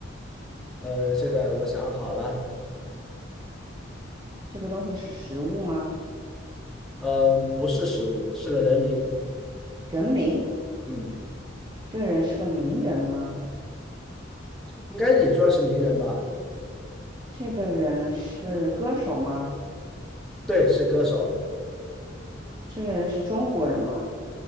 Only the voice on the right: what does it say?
这个东西是食物吗？
人名，
这个人是个名人吗？
这个人是歌手吗？
这个人是中国人吗？